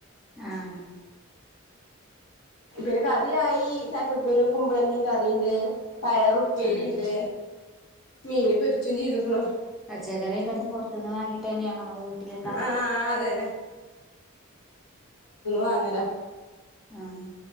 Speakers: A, in the centre; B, on the left (about 80°).
A: ആഹ്
B: ഇത് കറിയായി. ചക്കക്കുരും, കുമ്പളങ്ങിം കറിണ്ട്. പയറു... പ്പേരിണ്ട്,
A: ഉം
B: മീന് പൊര്ച്ചും ചെയ്ത് ക്ക്ണ്.
A: പച്ചക്കറിയൊക്കെ അവ്ട്ന്ന് പൊർത്ത്ന്ന വാങ്ങിട്ടന്നാണൊ അതെ വീട്ട്‌ല്ണ്ടാ
B: ആഹ് ആഹ് അതെ. വാങ്ങല
A: ആഹ്.